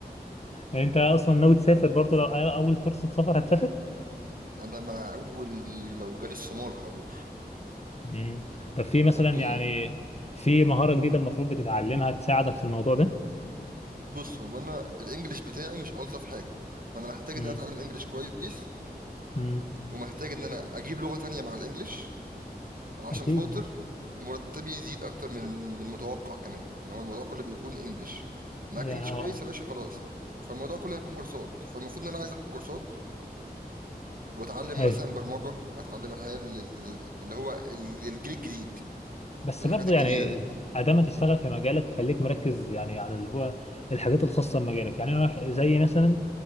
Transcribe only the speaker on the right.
انا مع اول لو جالي الصومال هروح
ده بدون
مم-
بص هو انا الانجليش بتاعي مش الطف حاجه فانا محتاج
ان انا اتعلم انجليش كويس
ومحتاج ان انا اجيب لغة تانية مع الانجليش عشان
خاطر مرتبي يزيد اكتر من من المتوقع كمان ان هو الموضوع كله بيكون انجليش معاك
انجليش
كويس يا باشا خلاص فالموضوع كله هيكون كورسات فالمفروض ان انا عايز اخد كورسات واتعلم
مثلا برمجة اتعلم الحياة اللي اللي هو الجيل الجديد
الحاجات
الجديدة
دي